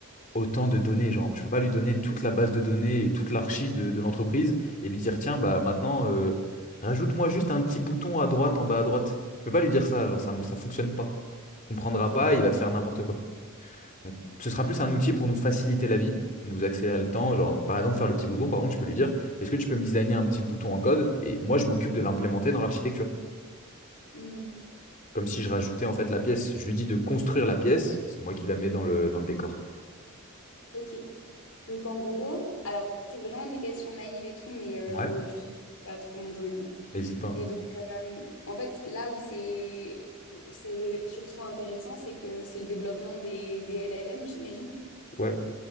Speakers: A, on the left; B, on the left.
A: autant de données. Genre, je peux pas lui donner toute la base de données et toute l'archi de, de l'entreprise et lui dire, tiens,
B: Mhm.
A: bah maintenant, euh, rajoute-moi juste un petit bouton à droite, en bas à droite. Je peux pas lui dire ça, genre, ça, ça fonctionne pas. Il comprendra
B: Ok,
A: pas,
B: ok.
A: il va te faire n'importe quoi. Donc, ce sera plus un outil pour nous faciliter la vie, nous accélérer le temps. Genre, par exemple, faire le petit bouton, par contre, je peux lui dire, est-ce que tu peux me designer un petit bouton en code? Et moi, je m'occupe de l'implémenter dans l'architecture.
B: Mhm.
A: Comme si je rajoutais en fait la pièce. Je lui dis de construire la pièce et c'est moi qui la mets dans le, dans le décor.
B: Ok. Donc en gros, alors c'est vraiment des questions naïves et tout, mais euh,
A: Ouais,
B: je, je te dis, c'est pas trop mon domaine. hein.
A: n'hésite pas. hein.
B: Mais donc euh, en fait, là où c'est où c'est surtout intéressant, c'est que c'est le développement des, des LLM, j'imagine.
A: Ouais.